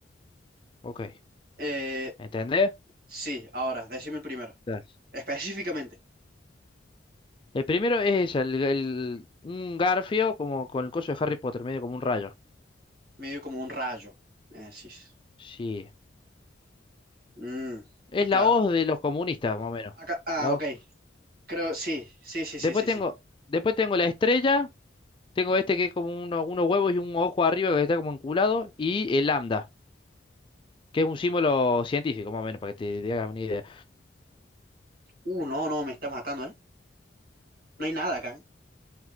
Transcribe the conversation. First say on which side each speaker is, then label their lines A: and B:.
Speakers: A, on the left; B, on the right.
A: Ok.
B: Eh,
A: ¿Entendés?
B: sí, ahora, decime el primero.
A: Dale.
B: Específicamente,
A: El primero es ella, el, el- un garfio como con el coso de Harry Potter, medio como un rayo.
B: medio como un rayo. Me decís.
A: Sí.
B: Mm,
A: Es la
B: claro.
A: hoz de los comunistas, más o menos.
B: Acá, ah,
A: La
B: ok.
A: hoz.
B: Creo, sí, sí, sí,
A: Después
B: sí, sí,
A: tengo,
B: sí.
A: después tengo la estrella, tengo este que es como uno- unos huevos y un ojo arriba que está como enculado, y el lambda, que es un símbolo científico, más o menos, para que te, te hagas una idea.
B: Uh, no, no, me está matando, ¿eh? No hay nada acá, ¿eh?